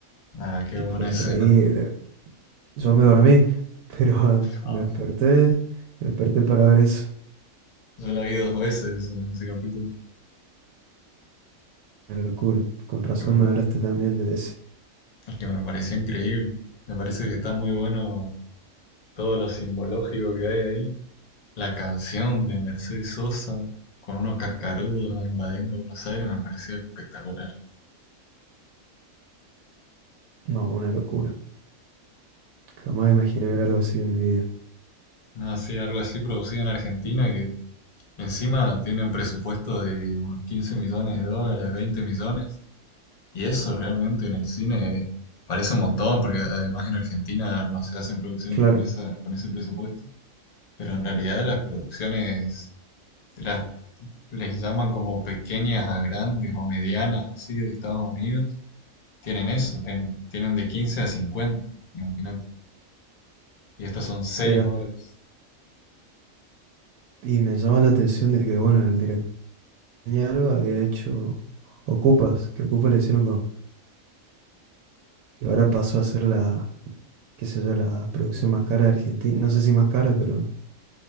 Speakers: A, on the left; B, on the right.
A: Ah, qué
B: que
A: buena
B: fue increíble,
A: escena.
B: Yo me dormí, pero <laughs>
A: Ah,
B: me desperté, me desperté para ver eso.
A: yo la vi dos veces ese, ese capítulo.
B: Una locura. Con
A: Es
B: razón
A: que me,
B: me hablaste también de eso.
A: es que me pareció increíble. Me parece que está muy bueno todo lo simbológico que hay ahí. La canción de Mercedes Sosa con unos cascarudos invadiendo Buenos Aires me pareció espectacular.
B: No, una locura. Jamás imaginé ver algo así en mi vida.
A: No, sí, algo así producido en Argentina que Encima tiene un presupuesto de unos 15 millones de dólares, 20 millones, y eso realmente en el cine parece un montón, porque además en Argentina no se hacen producciones
B: Claro,
A: con esa, con ese presupuesto, pero en realidad las producciones las, les llaman como pequeñas a grandes o medianas, así, de Estados Unidos, tienen eso, en- tienen de quince a cincuenta imagínate, y estas son 6
B: mira,
A: horas.
B: y me llama la atención de que, bueno, el director Ñaro había hecho Ocupas, que Ocupas le hicieron con... Y ahora pasó a ser la, qué sé yo, la producción más cara de Argentina. No sé si más cara, pero